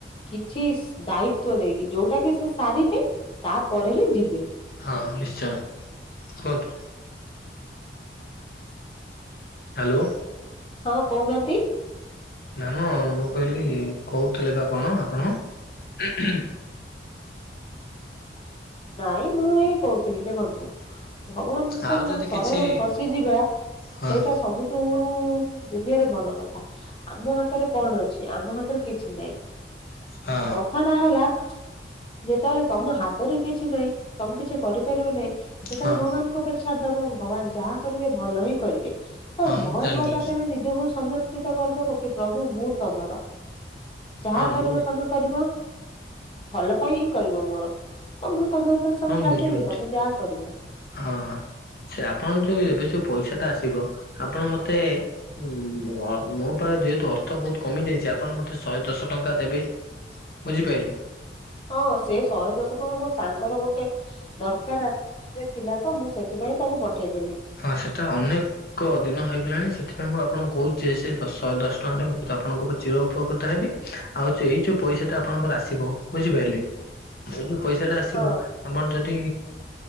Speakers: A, on the left; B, on the left.
A: କିଛି ଦାୟିତ ଦେଇକି ଯୋଉଟା କି ସେ ସାରିବେ ତାପରେ ହିଁ ଯିବେ।
B: ହଁ ନିଶ୍ଚୟ କୁହନ୍ତୁ? ହ୍ୟାଲୋ।
A: ହଁ କହୁନାହାନ୍ତି?
B: ନା ନା ମୁଁ କହିଲି କହୁଥିଲେ ବା କଣ ଆପଣ ହୁଁ ହୁଁ।
A: ନାଇଁ ମୁଁ ଏଇ କହୁଥିଲି ଦେଖନ୍ତୁ? ଭଗବାନଙ୍କର
B: ଆଉ ଯଦି
A: ସରଣରେ
B: କିଛି
A: ପଶିଯିବା
B: ହଁ
A: ସେଇଟା ସବୁ ଠୁ ଦୁନିଆରେ ଭଲ କଥା। ଆମ ହାତରେ କଣ ଅଛି ଆମ ହାତରେ କିଛି ନାଇଁ
B: ହଁ
A: କ <unintelligible> ଯେତେବେଳେ ତମ ହାତରେ କିଛି ନାହିଁ ତମେ କିଛି କରିପାରିବ ନାହିଁ। ସେତେବେଳେ
B: ହଁ
A: ଭଗବାନଙ୍କ ଉପରେ ଛାଡ଼ ଦବ ଭଗବାନ ଯାହା କରିବେ ଭଲ ହିଁ କରିବେ। ତ
B: ହଁ
A: ଭଗବାନଙ୍କ
B: ମୁଁ ଜାଣିପାରୁଛି।
A: ପାଖରେ ନିଜକୁ ସମର୍ପିତ କରିଦବ କି ପ୍ରଭୁ ମୁଁ ତମର ଯାହା
B: ହଁ
A: କରିବ
B: ମୁଁ
A: ତମେ କରିବ। ଭଲ ପାଇଁ ହିଁ କରିବ ମୋର ତ ମୁଁ ତମ ଉପରେ ସବୁ
B: ହଁ ମୁଁ
A: ଛାଡିଦେଲି
B: ବୁଝିପାରୁଛି
A: ତମେ ଯାହା କରିବ।
B: ହଁ ସେ ଆପଣ ଯୋଉ ଏବେ ଯୋଉ ପଇସା ଟା ଆସିବ ଆପଣ ମୋତେ ଉ ମୋ ପା ଯେହେତୁ ଅର୍ଥ ବହୁତ କମି ଯାଇଛି ଆପଣ ମତେ ଶହେ ଦଶ ଟଙ୍କା ଦେବେ। ବୁଝି ପାଇଲି।
A: ହଁ ସେ ଶହେ ଦଶ ଟଙ୍କା ମୋ ସାଙ୍ଗର ଗୋଟେ ଦରକାର ଆସେ। ସେ ଥିଲା ତ ମୁଁ ସେଥିପାଇଁ ତାକୁ ପଠେଇଦେଲି।
B: ହଁ ସେଟା ଅନେକ ଏକ ଦିନ ହେଇଗଲାଣି ସେଥିପାଇଁ ମୁଁ ଆପଣଙ୍କୁ କହୁଛି ସେଇ ଦଶ ଦଶ ଟଙ୍କାରେ ମୁଁ ଆପଣଙ୍କ ଉପରେ ଚିର ଉପକୃତ ହେବି। ଆଉ ଯୋଉ ଏଇ ଯୋଉ ପଇସାଟା ଆପଣଙ୍କର ଆସିବ ବୁଝିପାରିଲେ ଏଇ ଯୋଉ ପଇସାଟା ଆସିବ।
A: ହଁ
B: ଆପଣ ଯଦି